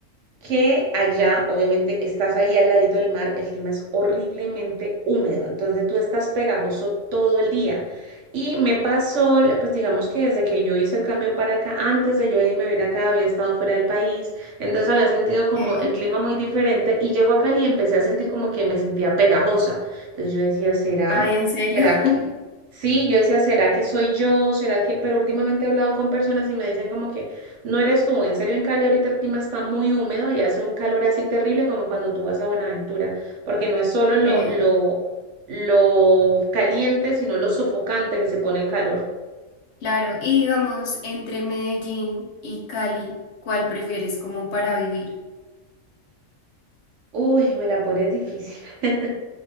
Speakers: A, on the right; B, on the left.
A: que allá, obviamente, estás ahí al ladito del mar, el clima es horriblemente húmedo, entonces tú estás pegajoso todo el día. Y me pasó, la- pues digamos que desde que yo hice el cambio para acá, antes de yo venirme a vivir acá, había estado fuera del país, entonces había sentido
B: ok.
A: como el clima muy diferente y llego a Cali y empecé a sentir como que me sentía pegajosa. Entonces yo decía, ¿será?
B: Ay, ¿en serio?
A: ¿Será que?
B: <laughs>
A: Sí, yo decía, ¿será que soy yo? ¿Será que? Pero últimamente he hablado con personas y me dicen como que... No eres tú, en serio en Cali ahorita el clima está muy húmedo y hace un calor así terrible como cuando tú vas a Buenaventura, porque no es solo
B: Ok.
A: lo, lo, lo caliente, sino lo sofocante que se pone el calor.
B: Claro, y digamos, entre Medellín y Cali, ¿cuál prefieres como para vivir?
A: Uy, me la pones difícil. <laughs>